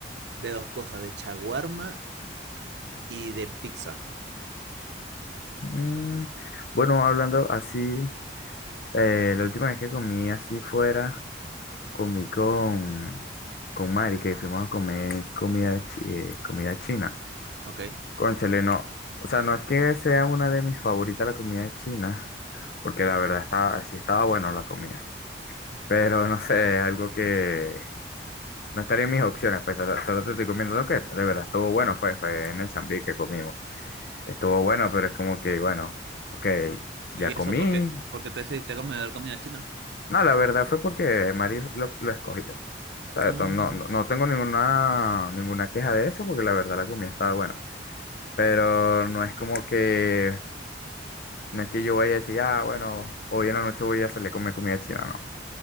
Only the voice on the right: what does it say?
de dos cosas, de chaguarma y de pizza,
¿ok?
¿Y
eso por qué, por qué te decidiste a comer comida china?
Mm,